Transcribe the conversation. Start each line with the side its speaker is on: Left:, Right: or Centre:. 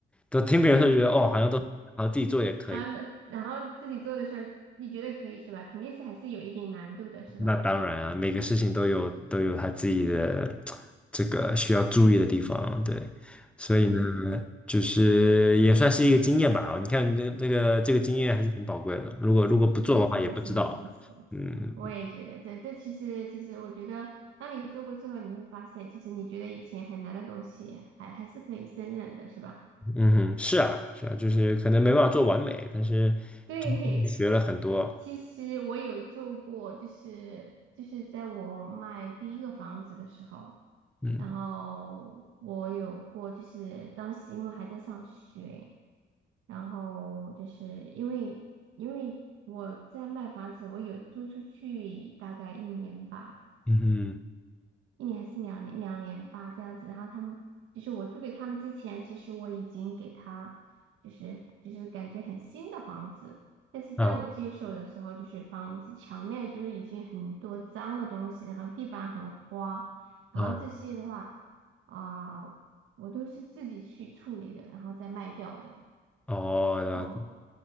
Centre: 都听别人说觉得哦，好像都，然后自己做也可以。
Right: 然后呢，然后自己做的事候，你觉得可以是吧？肯定是还是有一点难度的，是吧？
Centre: 那当然啊，每个事情都有都有他自己的这个需要注意的地方，对，所以呢，
Right: 对，
Centre: 就是也算是一个经验吧。你看这这个这个经验还是挺宝贵的，如果如果不做的话，
Right: 是的，是的，
Centre: 也不知道。
Right: 是的，是的，是的，是的，
Centre: 嗯
Right: 我也觉得这这其实其实我觉得，当你做过之后，你会发现，其实你觉得以前很难的东西还还是可以胜任的，是吧？
Centre: 嗯哼，是啊，是啊，就是可能没办法做完美，但是真的学了很多。
Right: <laughs> 对，其实我有做过，就是就是在我卖第一个房子的时候，
Centre: 嗯
Right: 然后我有过，就是当时因为还在上学，然后就是因为因为我在卖房子，我有租出去大概一年吧。
Centre: 嗯
Right: 一年还是两年，两年吧，这样子。然后他们就是我租给他们之前，其实我已经给他就是就是感觉很新的房子，但是当我接手的时候，
Centre: 哼，啊
Right: 就是房子墙面就是已经很多脏的东西，然后地板很花，然后这些的话啊、
Centre: 啊
Right: 我都是自己去处理的，然后再卖掉的。
Centre: 哦，了解
Right: 哦，